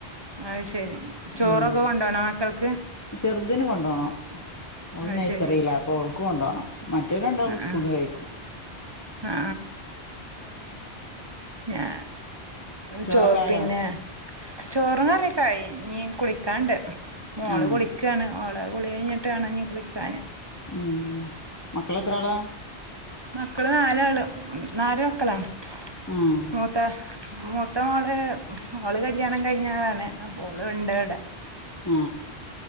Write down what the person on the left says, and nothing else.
ഉം
ചെറുതിന് കൊണ്ടോണം ഓളു
നഴ്സറില
അപ്പൊ ഓ ബുക്ക് കൊണ്ടുപോകണം മറ്റവരുണ്ടാവും
സ്കൂളിന്ന്
കഴിക്കും
ചോറൊക്കെ
ആയോ
ഉം
ഉം മക്കളെത്ര ആളാ
ആഹ്
ആ